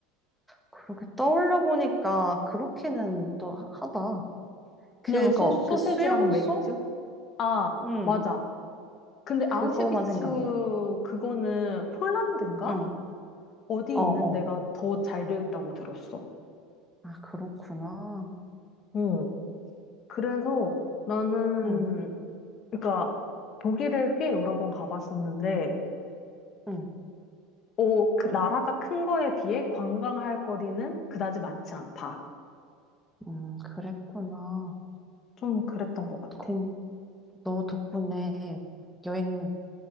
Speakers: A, in the centre; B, on the left.
A: 그렇게 떠올려 보니까 그렇게는 또 하- 하다. 그거,
B: 그냥 소, 소세지랑
A: 그 수용소?
B: 맥주? 아,
A: 응,
B: 맞아. 근데
A: 그거만
B: 아우슈비츠
A: 생각나.
B: 그거는 폴란드인가?
A: 응,
B: 어디
A: 어,
B: 있는
A: 어.
B: 데가 더 잘 되어 있다고 들었어.
A: 아, 그렇구나.
B: 어. 그래서 나는,
A: 응,
B: 그러니까 독일을 꽤 여러 번 가봤었는데,
A: 응,
B: 어, 그 나라가 큰 거에 비해 관광할 거리는 그다지 많지 않다.
A: 음, 그랬구나.
B: 좀 그랬던 것 같아.
A: 공, 너 덕분에 여행